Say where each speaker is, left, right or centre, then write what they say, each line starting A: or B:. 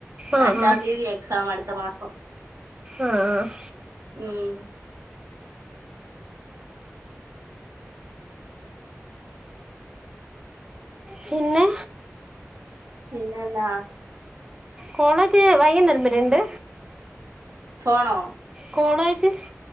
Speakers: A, on the right (about 15°); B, on the right (about 70°).
A: ആഹ്
B: രണ്ടാം
A: ആഹ്
B: തീയതി എക്സാം അടു ത്ത മാസം
A: ആഹ് ആഹ്
B: ഉം
A: പിന്നെ
B: പിന്നെന്നാ
A: കോളേജ് വൈകുന്നരം വരെണ്ട്
B: ഫോണോ
A: കോളേജ്